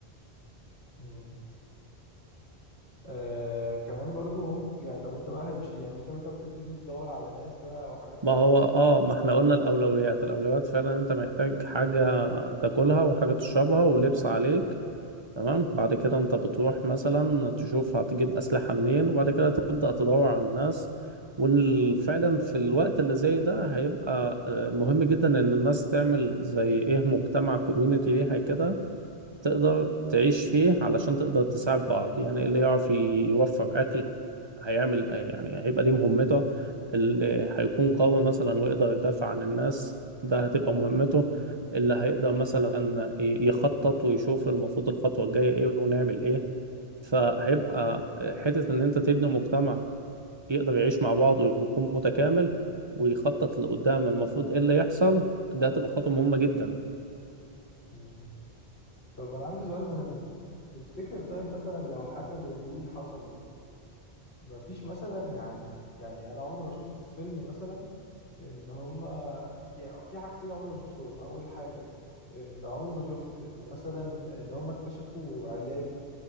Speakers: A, on the left (about 85°); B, on the right (about 25°).
A: مم. آه كمان برضو ممكن يعني طب انت بقى مش يعني مش ناوي طب تبتدي تدور على ناس بقى او حاجات حواليك
B: ما هو اه ما احنا قلنا الاولويات الاولويات فعلا
A: آه.
B: انت محتاج حاجه تاكلها وحاجه تشربها ولبس عليك تمام بعد كده انت بتروح مثلا تشوف هتجيب اسلحه منين وبعد كده تبدا تدور على الناس وفعلا في الوقت اللي زي ده هيبقى آه، مهم جدا ان الناس تعمل زي ايه مجتمع كوميونتي ليها كده تقدر تعيش فيه علشان تقدر تساعد بعض يعني اللي يعرف يوفر أكل هيعمل يعني هيبقى دي مهمته اللي هيكون قوي مثلا ويقدر يدافع عن الناس ده هتبقى مهمته اللي هيقدر مثلا ي- يخطط ويشوف المفروض الخطوة الجاية ايه ونعمل ايه فهيبقى حتة ان انت تبني مجتمع يقدر يعيش مع بعضه ويكون متكامل ويخطط لقدام المفروض ايه اللي يحصل ده هتبقى خطوة مهمة جدا
A: مم. طب انا عندي سؤال مهم تفتكر طيب مثلا لو حاجة زي دي حصلت مفيش مثلا يعني يعني انا عمري ما شفت في فيلم مثلا ان هما يعني في حاجتين عمري ما شفتهم اول حاجة ان عمري ما شفت ان مثلا ان هما اكتشفوا علاج